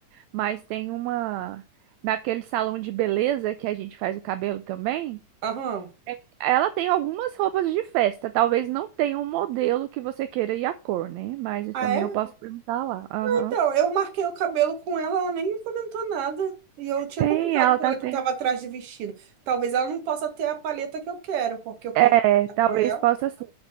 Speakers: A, on the right (about 80°); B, on the right (about 55°).
A: mas tem uma. Naquele salão de beleza que a gente faz o cabelo também,
B: <laughs> Aham.
A: é- ela tem algumas roupas de festa. Talvez não tenha um modelo que você queira e a cor, né? Mas
B: Ah,
A: também
B: é?
A: eu posso perguntar lá. Aham.
B: Então, eu marquei o cabelo com ela, ela nem me comentou nada. E eu tinha
A: Tem,
B: comentado
A: ela
B: com
A: tá
B: ela
A: tendo.
B: que estava atrás de vestido. Talvez ela não possa ter a paleta que eu quero, porque eu comentei
A: É, talvez
B: com ela.
A: possa ser.